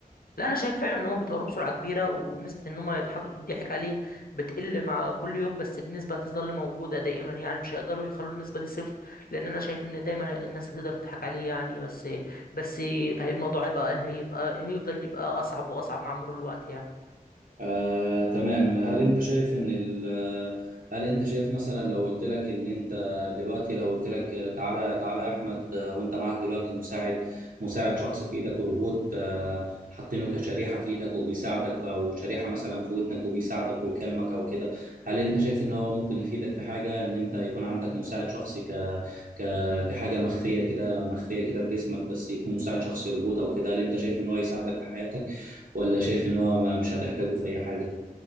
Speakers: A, on the left; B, on the right.
A: لا انا شايف فعلا ان هم بيطوروه بسرعه كبيره ونسبه ان هم يضحك يضحك عليه بتقل مع كل يوم بس النسبه هتظل موجوده دائما يعني مش هيقدروا يخلوا النسبه دي صفر لان انا شايف ان دايما الناس هتقدر تضحك عليه يعني بس بس هي- الموضوع هيبقى هيبقى هيفضل يبقى اصعب واصعب مع مرور الوقت يعني
B: آه، تمام هل انت شايف ان ال آه، هل انت شايف مثلا لو قلت لك ان انت دلوقتي لو قلت لك آه، تعالى تعالى يا احمد آه، وانت معاك دلوقتي مساعد مساعد شخص في ايدك روبوت آه، حاطينه كشريحة في ايدك وبيساعدك او شريحة مثلا في ودنك وبيساعدك ويكلمك او كده هل انت شايف ان هو ممكن يفيدك في حاجة ان انت يكون عندك مساعد شخصي ك... ك... كحاجة مخفية كده مخفية كده في جسمك بس يكون مساعد شخصي روبوت او كده هل انت شايف ان هو يساعدك في حياتك ولا شايف ان هو ما- مش هتحتاجه في اي حاجه